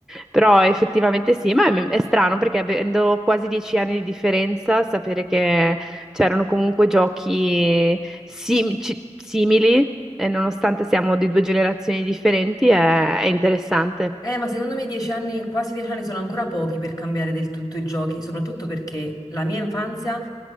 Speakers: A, in the centre; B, on the left.
A: Però effettivamente sì, ma è, è strano perché avendo quasi dieci anni di differenza, sapere che c'erano comunque giochi sim- ci- simili e nonostante siamo di due generazioni differenti è è interessante.
B: Eh, ma secondo me dieci anni, quasi dieci anni sono ancora pochi per cambiare del tutto i giochi, soprattutto perché la mia infanzia